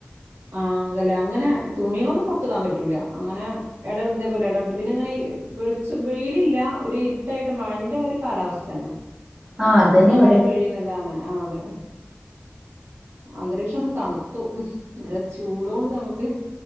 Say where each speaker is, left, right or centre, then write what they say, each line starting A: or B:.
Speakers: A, on the right; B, on the right.
A: ആഹ് അതല്ലെ അങ്ങന തുണികളൊന്നും പൊർത്ത്ടാൻ പറ്റൂല അങ്ങനെ എടവ്ട്ട്പോലെടവ്ട്ട് പിന്നെങ്ങനെയ്യ് വെളിച്ച വെയിലില്ല ഒരിര്‌ട്ടായിട്ട് മഴന്റെ ഒരു കാലാവസ്ഥന്നെ.
B: ആ അതന്നെ
A: ന്ന മഴ
B: ഇവിടെ
A: പെയ്യ്ന്ന്ല്ല അങ്ങനെ ആഹ് അതെ. അന്തരീക്ഷം ഒന്ന് തണുത്തു ന്നല്ല ചൂടൊണ്ട് നമുക്ക്